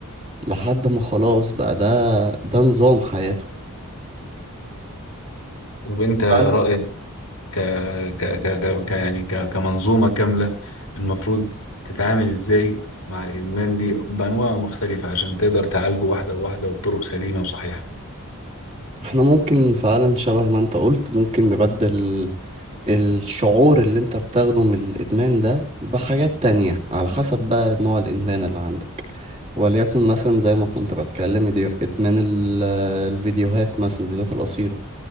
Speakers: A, on the right (about 30°); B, on the left (about 75°).
A: لحد ما خلاص بقى ده ده نظام حياته
B: وانت رايك
A: فعلا
B: ك ك ك ك ك- يعني ك كمنظومه كامله المفروض تتعامل ازاي مع الادمان دي بانواعه المختلفه عشان تقدر تعالجه واحده واحده وبطرق سليمه وصحيحه
A: احنا ممكن فعلا شبه ما انت قلت ممكن نبدل الشعور اللي انت بتاخده من الادمان ده بحاجات تانية على حسب بقى نوع الادمان اللي عندك وليكن مثلا زي ما كنت بتكلم دي ادمان ال- الفيديوهات مثلا الفيديوهات القصيرة